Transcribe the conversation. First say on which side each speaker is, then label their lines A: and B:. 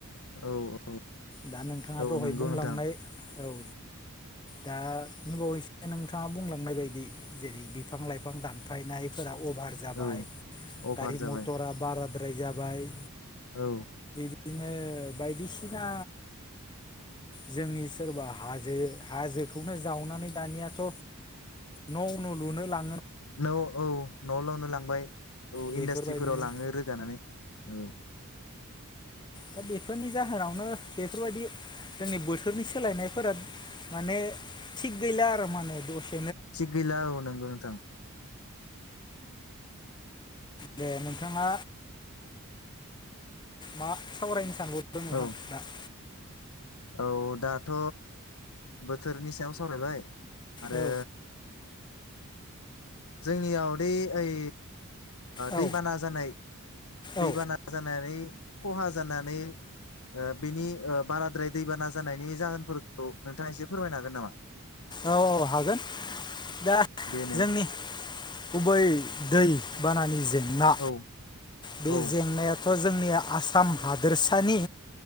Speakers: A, on the left; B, on the left.
A: औ औ
B: दा नोंथाङा
A: औ
B: दहाय
A: नंगौ
B: बुंलांनाय
A: नोंथां
B: औ दा बावैसो नोंथाङा बुंलांनाय बायदि जेरै बिफां लाइफां दानफायनायफोराव अभार जाबाय
A: औ अभार
B: गारि
A: जाबाय
B: मथरा बारा द्राय जाबाय
A: औ
B: बिदिनो बायदिसि‌ ना जोंनि सोरबा हाजो हाजोखौनो जावनानै दानियाथ' न' लुनो ला
A: न' औ न' लुनो लांबाय औ
B: बेफोरबायदिनो
A: इन्डास्ट्रिफोराव लाङो रोगानानै औ
B: दा बेफोरनि जाहोनाव नो बेफोरबायदि जोंनि बोथोरनि सोलायनायफोरा माने थिग गैला आरो माने दसे
A: थिग गैला औ नंगौ नोंथां
B: दे नोंथाङा मा सावरायनो
A: औ
B: <unintelligible>
A: औ दाथ' बोथोरनि सायाव सावरायबाय आरो
B: औ
A: जोंनियाव दि ओइ
B: औ
A: दैबाना जानाय दैबाना
B: औ
A: जानानै खहा जानानै बिनि बाराद्राय। दैबाना जानायनि जाहोनफोरखौ नोंथाङा एसे फोरमायनो हागोन नामा?
B: औ औ हागोन दा
A: देनाय
B: जोंनि गुबै दैबानानि जेंना।
A: औ
B: बे
A: औ
B: जेंनाया थ' जोंनि आसाम हादोरसानि